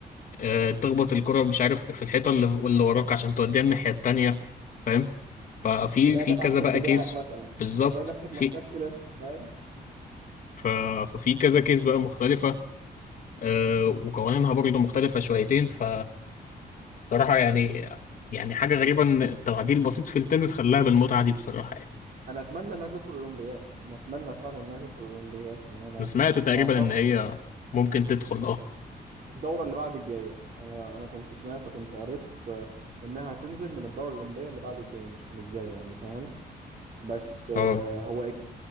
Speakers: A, on the left; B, on the right.
A: آه، تخبط الكرة مش عارف في الحيطة اللي اللي وراك عشان توديها الناحية التانية فاهم ففي
B: تلاقي
A: في
B: جت
A: كذا
B: عكس
A: بقى
B: اتجاهك
A: كيس
B: مثلا
A: بالظبط
B: فتلاقي نفسك
A: في
B: محتاج تلف فاهم
A: ف- ففي كذا كيس بقى مختلفة آه، وقوانينها برضه مختلفة شويتين ف صراحة يعني يعني حاجة غريبة إن التعديل البسيط في التنس خلاها بالمتعة دي بصراحة يعني
B: انا اتمنى انها تدخل الاولمبياد انا اتمنى فعلا انها تدخل الاولمبياد يعني انا
A: أنا سمعت تقريبا
B: اعتقد
A: إن هي ممكن تدخل
B: الدوره اللي بعد الجايه انا انا كنت سمعت كنت قريت آه، انها هتنزل من الدوره الاولمبيه اللي بعد الجايه مش من الجايه يعني فاهم بس آه،
A: أه
B: هو